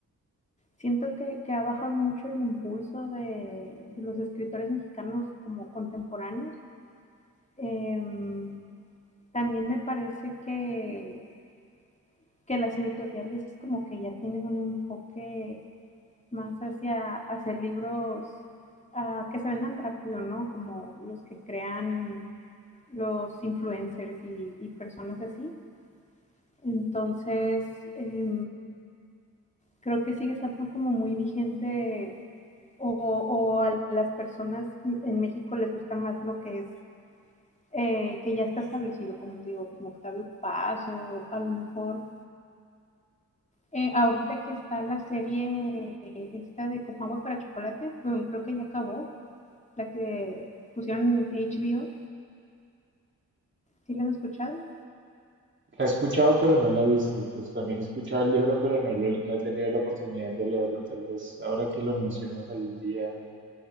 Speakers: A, on the left; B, on the right.
A: siento que, que ha bajado mucho el impulso de, de los escritores mexicanos como contemporáneos. Em, también me parece que, que las editoriales como que ya tienen un enfoque más hacia, hacer libros ah, que se vendan rápido, ¿no? Como los que crean los influencers y, y personas así. Entonces, eh, creo que sigue estando como muy vigente o, o, a las personas en México les gusta más lo que es, eh, que ya está establecido, como te digo, como Octavio Paz o a lo mejor eh, ahorita que está la serie esta de Como Agua para Chocolate, bueno, creo que ya acabó, la que pusieron HBO, ¿sí la has escuchado?
B: La he escuchado, pero no la he visto. y Pues también he escuchado el libro, pero no, lo he- no he tenido la oportunidad de leerlo. Tal vez ahora que lo mencionas algún día